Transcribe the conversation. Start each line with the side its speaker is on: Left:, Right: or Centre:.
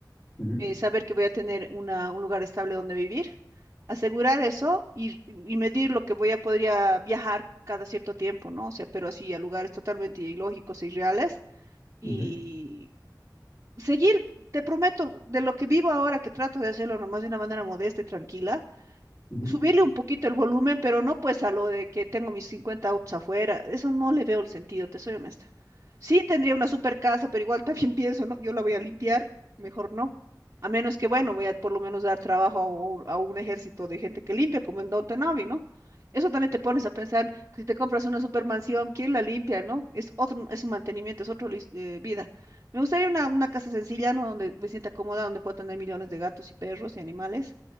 Left: Ujú,
Right: eh, saber que voy a tener una, un lugar estable donde vivir, asegurar eso y, y medir lo que voy a podría viajar cada cierto tiempo, ¿no? O sea, pero así a lugares totalmente ilógicos e irreales y
Left: ujú,
Right: seguir, te prometo, de lo que vivo ahora, que trato de hacerlo nomás de una manera modesta y tranquila
Left: ujú.
Right: subirle un poquito el volumen, pero no pues a lo de que tengo mis 50 autos afuera. Eso no le veo el sentido, te soy honesta. Sí tendría una super casa, pero igual también <laughs> pienso, ¿no? Yo la voy a limpiar, mejor no. A menos que, bueno, voy a por lo menos dar trabajo a un, a un ejército de gente que limpia, como en Downton Abbey, ¿no? Eso también te pones a pensar que si te compras una supermansión, ¿quién la limpia, no? Es otro, es un mantenimiento, es otra vida. Me gustaría una, una casa sencilla, ¿no? Donde me sienta cómoda, donde pueda tener millones de gatos y perros y animales.